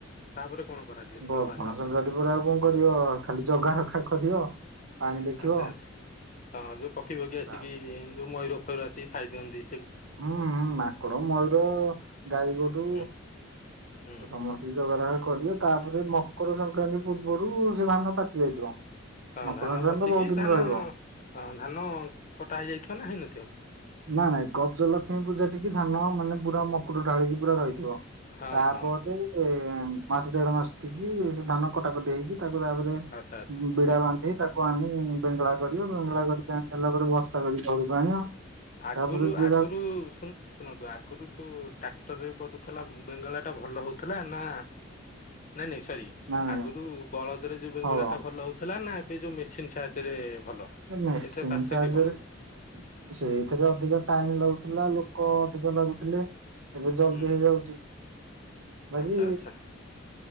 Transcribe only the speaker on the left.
ତାପରେ କଣ କରାଯିବ? ଥୋଡ
ବାହାରିଲା
ଆଚ୍ଛା ଆଚ୍ଛା। ହଁ ଯୋଉ ପକ୍ଷୀ ପକ୍ଷୀ ଆସିକି
ଯୋଉ ମୟୂର ଫୟୂର ଆସିକି ଖାଇ ଦିଅନ୍ତି।
ହୁଁ ହୁଁ
ହଁ
ଧାନ
ବାଛିକି
ଧାନ
ହଁ ଧାନ କଟା ହେଇଯାଇଥିବ ନା ହେଇନଥିବ?
ହଁ
ହଁ
ଆଚ୍ଛା ଆଚ୍ଛା।
ଆଗରୁ
ଆଗରୁ
ଶୁଣ ଶୁଣନ୍ତୁ ଆଗରୁ ଯୋଉ ଟା ଟରରେ ପଡଡୁଥିଲା ବେଙ୍ଗଳାଟା ଭଲ ହେଉଥିଲା ନା ନାଇଁ ନାଇଁ ସରି।
ଆଗରୁ ବଳଦରେ ଯୋଉ ବେଙ୍ଗଳା
ଟା ଭଲ ହଉ ଥିଲା ନା ଏବେ ଯୋଉ ମେସିନ୍ ସାହାଥିରେ ଭଲ
ଏଥିରେ ପାର୍ଥକ୍ୟ
କଣ?
ହୁଁ
ଆଚ୍ଛା ଆଚ୍ଛା